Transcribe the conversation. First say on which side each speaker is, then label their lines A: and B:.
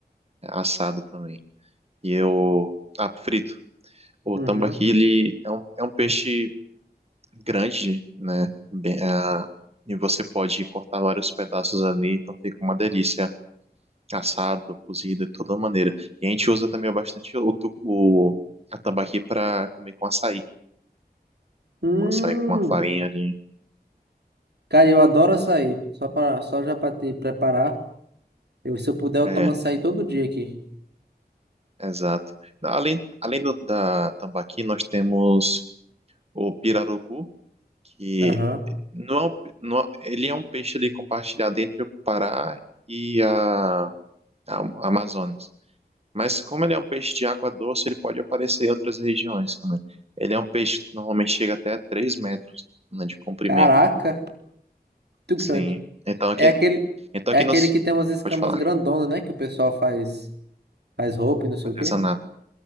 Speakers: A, on the right; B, on the right.
A: assado também. E eu, ah, frito. O
B: Uhum.
A: tambaqui, ele é um, é um peixe grande, né? Bem, ah, e você pode cortar vários pedaços ali, então fica uma delícia. Assado, cozido, de toda maneira. E a gente usa também bastante o, tu- o a tambaqui para comer com açaí.
B: Hum,
A: Com açaí com uma farinha ali.
B: cara, eu adoro açaí. Só para, só já para te preparar. Eu, se eu puder, eu
A: É,
B: tomo açaí todo dia aqui.
A: exato. Além, além do, da tambaqui, nós temos o pirarucu, que
B: Aham.
A: não é um, não, é, ele é um peixe ali compartilhado entre o Pará e a, a Amazônia. Mas como ele é um peixe de água doce, ele pode aparecer em outras regiões também. Ele é um peixe que normalmente chega até 3 metros, né, de comprimento.
B: Caraca, <laughs> muito
A: Sim.
B: grande.
A: Então aqui,
B: É aquele,
A: então
B: é
A: aqui
B: aquele
A: nós...
B: que tem umas escamas
A: Pode falar.
B: grandonas, né? Que o pessoal faz, faz roupa e não sei
A: Artesanato.
B: o quê.